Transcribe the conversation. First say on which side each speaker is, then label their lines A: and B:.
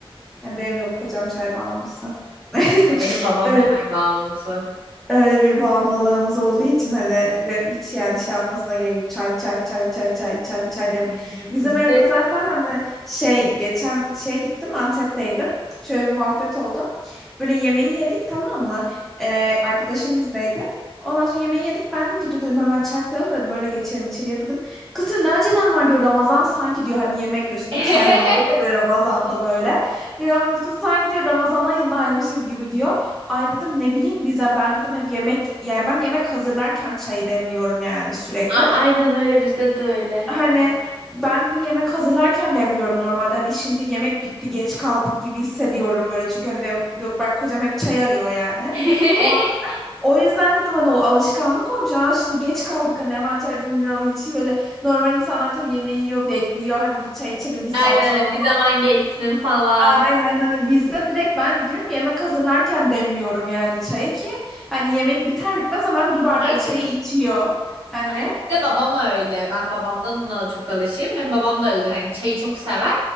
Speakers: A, in the centre; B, on the right.
A: Yani benim yok kocam çay bağımlısı. <laughs>
B: Yok ya benim babam
A: Öyle
B: çay bağımlısı.
A: öyle bir bağımlılığımız olduğu için hani ben hiç yani şey yapmasına gerek yok. Çay çay çay çay çay çay çay dem.
B: Biz, biz-
A: Bizim
B: bizde
A: evde zaten hani şey geçen şeye gittim Antep'teydim. Şöyle bir muhabbet oldu. Böyle yemeği yedik tamam mı? Ee, arkadaşım bizdeydi. Ondan sonra yemeği yedik. Ben dedim ki dur dedim hemen çay koyalım dedim. Öyle geçelim içeriye dedim. Kız diyor ne acelem var diyor. Ramazan sanki diyor hani yemek üstüne
B: <laughs>
A: çay hani olur ya böyle Ramazan'da böyle. Ram- Kız sanki diyor Ramazan ayındaymışız gibi diyor. Ay dedim ne bileyim bize ben dedim hep yemek yani ben yemek hazırlarken çayı demliyorum yani sürekli.
B: A- aynen öyle bizde de öyle.
A: Hani Evet. ben dedim yemek hazırlarken demliyorum normalde hani şimdi yemek bitti geç kaldık gibi hissediyorum böyle çünkü hani benim Gökberk kocam hep çay arıyor yani.
B: <laughs>
A: O, o yüzden dedim hani o alışkanlık olmuş. Aa şimdi geç kaldık hani hemen çay demliyorum. Hiç böyle normal insanlar tabii yemeği yiyor bekliyor hani bir çay içelim bir saat
B: Aynen öyle
A: sonra
B: bir zaman geçsin falan.
A: Aynen hani bizde direkt ben diyorum yemek hazırlarken demliyorum yani çayı ki hani yemek biter bitmez hemen bir bardak
B: Çay
A: çayı içiyor. Hani
B: Bir de babam öyle. Ben babamdan ona çok alışığım. Benim babam da öyledir. Hani çayı çok sever.